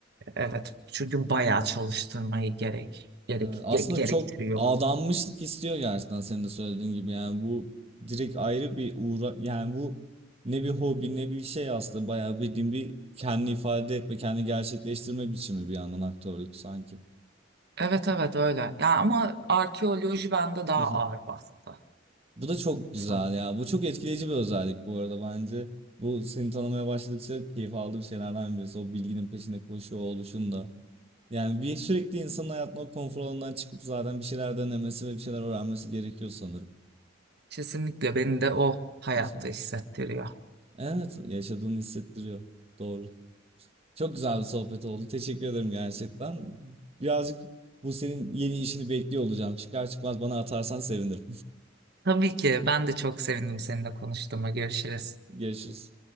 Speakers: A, on the right; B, on the right.
A: Evet, çünkü bayağı çalıştırmayı gerek, gerek
B: Evet, aslında
A: ge- gerektiriyor.
B: çok adanmışlık istiyor gerçekten senin de söylediğin gibi yani bu direkt ayrı bir uğra yani bu ne bir hobi ne bir şey aslında bayağı bildiğin bir kendi ifade etme kendi gerçekleştirme biçimi bir yandan aktörlük sanki.
A: Evet evet öyle. Ya ama arkeoloji bende daha
B: Mhm.
A: ağır bastı.
B: Bu da çok güzel
A: Sanırım.
B: ya bu çok etkileyici bir özellik bu arada bence bu seni tanımaya başladıkça keyif aldığım şeylerden birisi o bilginin peşinde koşuyor oluşun da yani bir sürekli insanın hayatına o konfor alanından çıkıp zaten bir şeyler denemesi ve bir şeyler öğrenmesi gerekiyor sanırım.
A: Kesinlikle beni de o hayatta
B: <laughs>
A: hissettiriyor.
B: Evet, yaşadığını hissettiriyor. Doğru. Çok güzel bir sohbet oldu. Teşekkür ederim gerçekten. Birazcık bu senin yeni işini bekliyor olacağım. Çıkar çıkmaz bana atarsan sevinirim.
A: Tabii ki ben de çok sevindim seninle konuştuğuma. Görüşürüz.
B: <laughs> Görüşürüz.